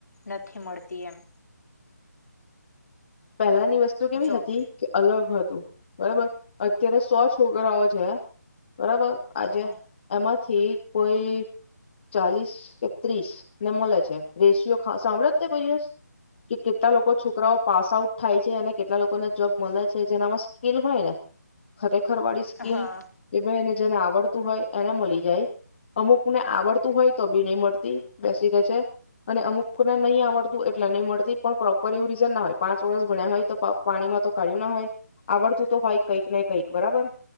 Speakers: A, on the left; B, on the left.
A: નથી મળતી એમ.
B: પહેલાની વસ્તુ કેવી
A: જોબ
B: હતી કે અલગ હતું. બરાબર. અત્યારે સો છોકરાઓ છે, બરાબર. આજે
A: હા
B: એમાંથી કોઈ ચાલીસ ત્રીસ ને મળે છે રેશિયો સાંભળે જ ને કોઈ દિવસ કે કેટલા લોકો છોકરાઓ પાસ આ થાય છે અને કેટલા લોકોને જોબ મળે છે જેનામાં સ્કીલ હોય ને ખર વાળી સ્કીલ
A: હા
B: કે ભને જેને આ હોય એને મળી જાય અમુકને આવડતું હોય તો બી નહી મળતી બેસી રહેે છે. અને અમુકને નહીં આવડતું એટલે નહી મળતી પણ પ્રોપર એવું રીઝન ના હોય પાંચ ચોસ ભણ્યા હોય તો પાણીમાં તો કાઢ્યું ના હોય આવડતું તો હોય કંઈક ન કઈક બરાબર